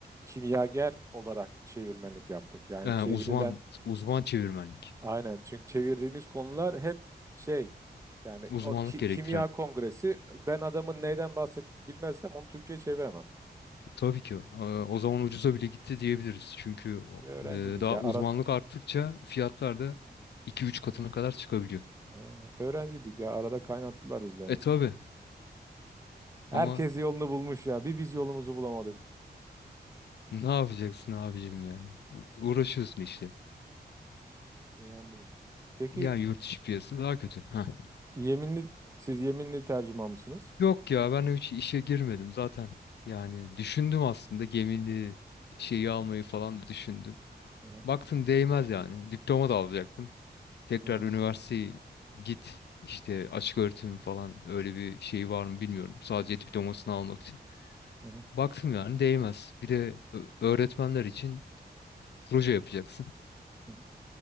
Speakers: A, on the right (about 15°); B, on the left (about 75°).
A: kimyager olarak çevirmenlik yaptık. Yani
B: Yani
A: çevirilen
B: uzman, uzman çevirmenlik.
A: aynen çünkü çevirdiğimiz konular hep şey yani
B: Uzmanlık
A: or ki-
B: gerektiren.
A: kimya kongresi ben adamın neyden bahsettiğini bilmezsem onu Türkçe'ye çeviremem.
B: Tabii ki. e, O zaman ucuza bile gitti diyebiliriz. Çünkü o-
A: Öğrencidik
B: e, daha
A: ya
B: uzmanlık
A: ara
B: arttıkça fiyatlar da iki üç katına kadar çıkabiliyor.
A: Aa, öğrencidik ya arada kaynattılar biz demek.
B: E tabii
A: Herkes
B: ama
A: yolunu bulmuş ya bir biz yolumuzu bulamadık.
B: ne yapacaksın abicim yani? U- Uğraşıyorsun işte.
A: İyi anladım. Peki
B: Yani yurt içi piyasası daha kötü. Heh.
A: yeminli siz yeminli tercüman mısınız?
B: Yok ya ben hiç işe girmedim zaten. Yani düşündüm aslında gemini şeyi almayı falan da düşündüm.
A: Hı hı
B: Baktım değmez yani. Diploma da alacaktım. Tekrar
A: hı hı.
B: üniversiteye git işte açık öğretim falan öyle bir şey var mı bilmiyorum. Sadece diplomasını almak için.
A: hı hı.
B: Baktım yani değmez. Bir de ö- öğretmenler için proje yapacaksın.
A: hı.